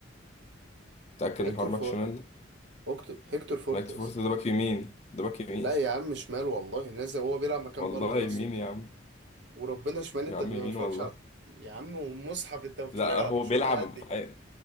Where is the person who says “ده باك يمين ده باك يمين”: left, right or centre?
Left